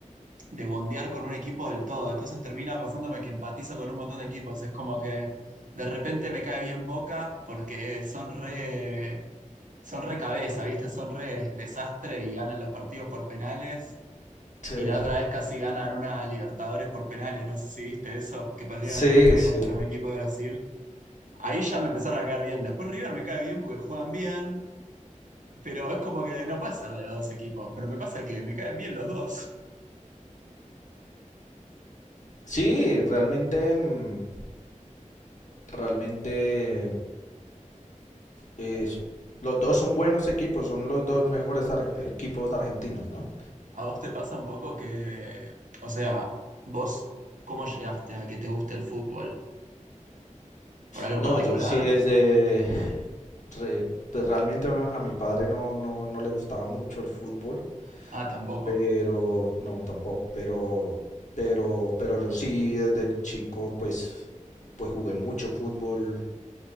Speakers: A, on the right (about 75°); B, on the left (about 65°).
A: de bondear con un equipo del todo. Entonces termina pasándome que empatizo con un montón de equipos. Es como que de repente me cae bien Boca porque son re, son re cabeza, ¿viste? Son re desastre y ganan los partidos por penales.
B: sí,
A: Y la otra vez casi ganan una Libertadores por penales. No sé si viste eso, que perdieron
B: sí,
A: en la final
B: sí.
A: contra un equipo de Brasil. Ahí ya me empezaron a caer bien. Después River me cae bien porque juegan bien. Pero es como que no puede ser de los dos equipos. Pero me pasa que me caen bien los dos.
B: Sí, realmente, mm, realmente es- los dos son buenos equipos, son los dos mejores ar- equipos argentinos, ¿no?
A: ¿A vos te pasa un poco que, o sea, vos, ¿cómo llegaste a que te guste el fútbol? ¿Por algo
B: No,
A: en particular?
B: yo sí desde, re- pues realmente a a mi padre no, no, no le gustaba mucho el fútbol,
A: Ah, tampoco.
B: pero no tampoco, pero, pero, pero yo sí desde chico pues, pues jugué mucho fútbol